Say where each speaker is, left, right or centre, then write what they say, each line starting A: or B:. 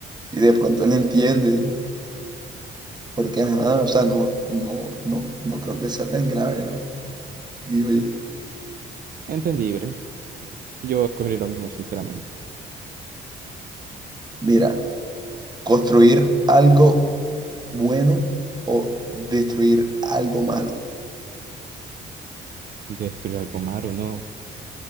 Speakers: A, on the right (about 20°); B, on the right (about 45°).
A: y de pronto él entiende. Porque, ajá, o sea, no, no, no, no creo que sea tan grave, ¿no? Digo yo.
B: Entendible. Yo escogería lo mismo, sinceramente.
A: Mira, construir algo bueno o destruir algo malo.
B: Destruir algo malo, no.